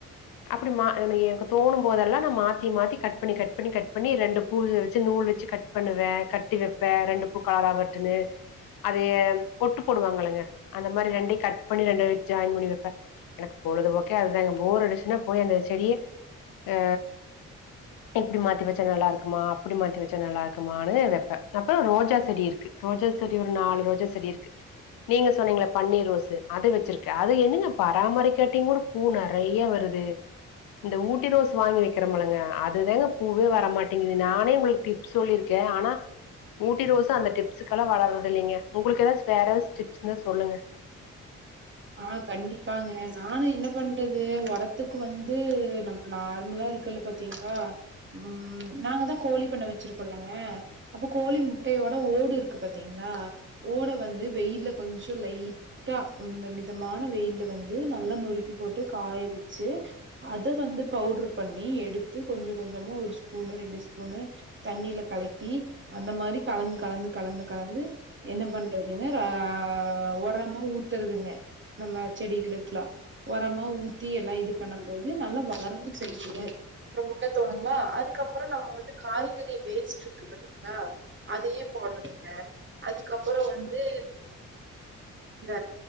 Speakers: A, on the left; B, on the right.
A: அப்டி மா என எனக் தோணுமஅபோதெல்லா நா மாத்திமாத்தி கட் பண்ணி கட் பண்ணி கட் பண்ணி ரெண்டு பூல் வெச்சு நூல் வச்சு கட் பண்ணுவே கட்டி வெப்பே ரெண்டு பூக கலரா வர்ட்டுன்னு அதுயே ஒட்டு போடுவாங்களங்க அந்த மாரி ரெண்டையு கட் பண்ணி ரெண்டு ஜாயின் பண்ணி வெப்பே எனக் பொழுதுபோக்கே அதுதாங்க போர் அடிச்சுன்னா போய் அந்த செடிய ஆ இப்டி மாத்தி வச்சா நல்லாருக்குமா அப்புடி மாத்தி வச்சா நல்லாருக்குமானு வெப்பே அப்ப ரோஜாசெடி இர்க்கு ரோஜா செடி ஒரு நாலு ரோஜா செடி இருக்கு நீங்க சொன்னீங்ள பன்னீ ரோஸு அத வெச்சிருக்கு அது என்னங்க பராமரிக்காட்டிங் கூட பூ நறைய வருது து இந்த ஊட்டி ரோஸ் வாங்கி வெக்கிறமலங்க அதுதேங்க பூவே வரமாட்டேங்கிது நானே உங்ளுக் டிப் சொல்லிர்க்கே ஆனா ஊட்டி ரோஸு அந்த டிப்ஸுக்கலா வளர்றது இல்லிங்க உங்ளுக்கு எதாச் வேற எதாச் டிப்ஸ்ந்தா சொல்லுங்க
B: அ கண்டிப்பாங்க நானு என்ன பண்றது ஒரத்துக்கு வந்து நம நார்ம்லா இருக் குல்லுபாத்தீங்ளா ம் நாங்க தா கோழி பண்ண வச்சிருக்கோல்லங்க அப்ப கோழி முட்டையோட ஓடு இருக்கு பாத்தீங்ளா ஓடவந்து வெயில்ல கொஞ்சோ லைட் டா இந்த மிதமான வெயில்ல வந்து நல்லா நொறுக்கி போட்டு காய வெச்சு அத வந்து பவுட்ரு பண்ணி எடுத்து கொஞ்ச கொஞ்சமா ஒரு ஸ்பூனு ரெண்டு ஸ்பூனு தண்ணில கலக்கி அந்த மாரி கலந் கலந்து கலந்து கலந்து என்ன பண்றதுங்கற ஆ ஒரமா ஊத்தறதுங்க நம்ம செடிகெளுக்லா ஒரம்மா ஊத்தி எல்லா இது பண்ணம்போது நல்லா வளரவு செய்து ப்றோ முட்ட தோலுங்ளா அதுக்கப்ற நம்ம வந்து காய்கறி வேஸ்ட்ருக்கு பாத்தீங்ளா அதயே போட்றதுங்க அதுக்கப்புற வந்து இந்த